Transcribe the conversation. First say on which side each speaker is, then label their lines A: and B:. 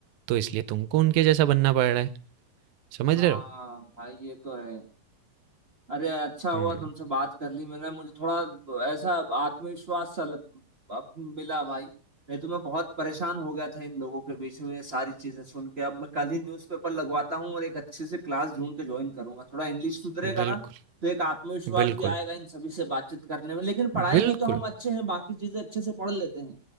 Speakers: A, on the right; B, on the right.
A: तो इसलिए तुमको उनके जैसा बनना पड़ रहा है समझ
B: हाँ
A: रहे हो
B: भाई ये तो है अरे अच्छा हुआ
A: हम्म
B: तुमसे बात कर ली मैंने मुझे थोड़ा ऐसा आत्मविश्वास सा लग- अब मिला भाई नहीं तो मैं बहुत परेशान हो गया था इन लोगों के बीच में ये सारी चीजें सुन के अब मैं कल ही न्यूज़पेपर लगवाता हूँ और एक अच्छी सी क्लास ढूंढ के ज्वाइन करूंगा थोड़ा इंग्लिश सुधरेगा
A: बिल्कुल
B: ना तो एक आत्मविश्वास
A: बिल्कुल
B: भी आएगा इन सभी से बातचीत करने में लेकिन पढ़ाई
A: बिल्कुल
B: में तो हम अच्छे हैं बाकी चीजें अच्छे से पढ़ लेते हैं